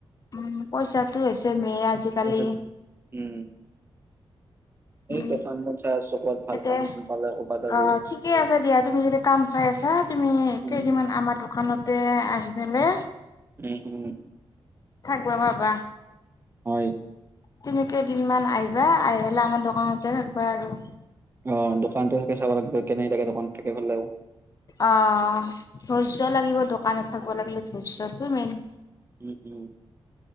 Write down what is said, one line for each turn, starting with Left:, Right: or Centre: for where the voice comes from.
Left: উম, পইচাটো হৈছে মেইন আজিকালি।
Right: তাৰপিছত উম, এইটো
Left: উ
Right: কাম বন চাই আছোঁ ক'ত ভাল
Left: এতিয়া
Right: কাম চাম পালে ক'ৰবাত আৰু
Left: অ ঠিকে আছে দিয়া তুমি যদি কাম চাই আছা। ছা তুমি
Right: উম,
Left: কেইদিনমান আমাৰ দোকানতে আহি পেলে
Right: উম! উম!
Left: থাকিবা বাবা।
Right: হয়।
Left: তুমি কেইদিনমান আহিবা আহি পেলাই আমাৰ দোকানতে থাকিবা আৰু।
Right: অ দোকানতে থাকে চাব লাগিব কেনে লাগে দোকানত থাকে হলে।
Left: অ ধৈৰ্য লাগিব দোকানত থাকিব লাগিলে ধৈৰ্যটো মেইন।
Right: উম উম।